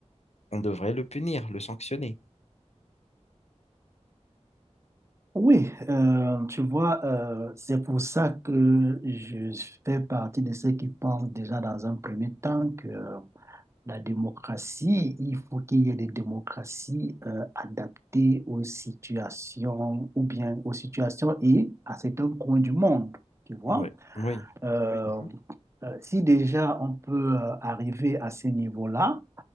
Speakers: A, on the left (about 65°); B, on the right (about 25°).
A: on devrait le punir, le sanctionner.
B: Oui, euh, tu vois, euh, c'est pour ça que je fais partie de ceux qui pensent déjà dans un premier temps que euh, la démocratie, il faut qu'il y ait des démocraties euh, adaptées aux situations ou bien aux situations et à certains coins du monde, tu vois.
A: Ouais, oui.
B: Oui. Euh,
A: Mhm,
B: euh, si déjà on peut euh, arriver à ce niveau-là,